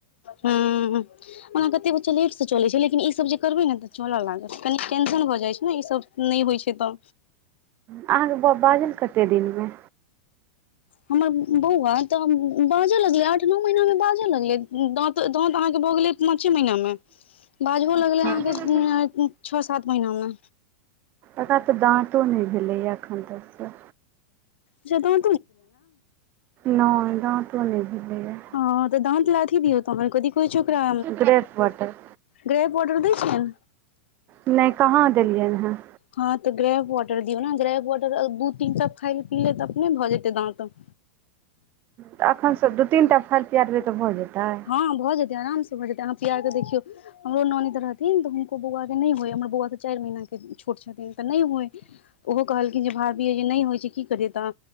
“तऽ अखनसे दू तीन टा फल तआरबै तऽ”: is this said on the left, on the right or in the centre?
Right